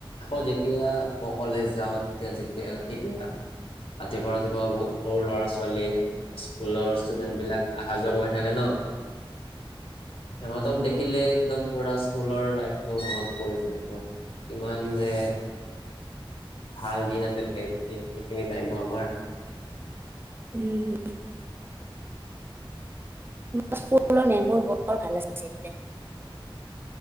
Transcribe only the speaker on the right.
উম। আমাৰ স্কুলৰ মেমবোৰ বৰ ভাল আছিলে।